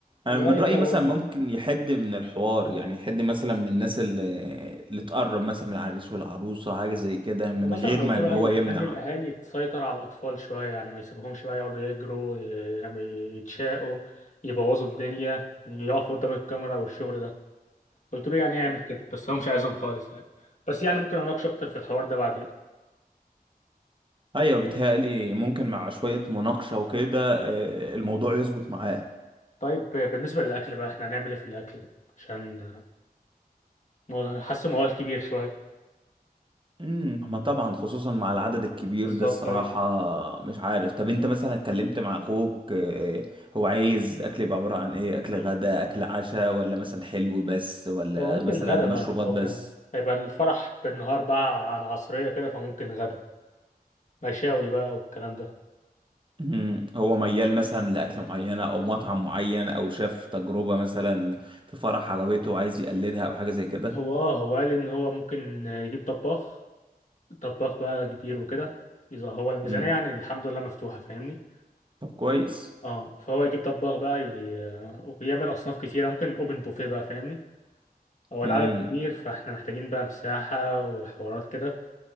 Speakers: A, on the left; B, on the right.
A: أنا
B: أنا من
A: رأيي
B: رأيي
A: كده
B: مثلا
A: برضه
B: ممكن يحد من الحوار يعني يحد مثلا من الناس اللي, اللي تقرب مثلا من العريس والعروسة حاجة زي كده من
A: ومثلا
B: غير
A: انا
B: ما
A: قلت له
B: إن هو
A: ايوه
B: يمنع
A: يخلي الاهالي تسيطر على الاطفال شويه يعني ما يسيبهمش بقى يقعدوا يجروا ي- يعني يتشاقوا يبوظوا الدنيا يقفوا قدام الكاميرا والشغل ده قلت له يعني يعمل كده بس هو مش عايزهم خالص يعني بس يعني ممكن اناقش اكتر في الحوار ده بعدين
B: ايوه بيتهيألي ممكن مع شوية مناقشة وكده آه، الموضوع يظبط معاه
A: طيب بالنسبه للاكل بقى احنا هنعمل ايه في الاكل عشان موضوع- حاسه موال كبير شويه
B: امم ما طبعا خصوصا مع العدد الكبير
A: بالظبط
B: ده الصراحة
A: ايوه
B: مش عارف طب انت مثلا اتكلمت مع اخوك آه، هو عايز اكل يبقى عبارة عن ايه اكل غدا اكل عشاء ولا مثلا حلو بس ولا
A: هو ممكن
B: مثلا
A: غدا
B: مشروبات
A: بقى هو
B: بس
A: بنا- هيبقى الفرح بالنهار بقى على العصريه كده فممكن غدا مشاوي بقى والكلام ده
B: امم هو ميال مثلا لأكلة معينة او مطعم معين او شاف تجربة مثلا في فرح عجبته عايز يقلدها او حاجة زي كده
A: هو اه هو قال ان هو ممكن يجيب طباخ طباخ بقى كبير وكده اذا هو الميزانية
B: امم
A: يعني الحمد لله مفتوحة فاهمني
B: طب كويس
A: اه فهو يجيب طباخ بقى ي... ويعمل اصناف كتيرة ممكن اوبن بوفيه بقى فاهمني هو العدد
B: امم
A: كبير فاحنا محتاجين بقى مساحة وحوارات كده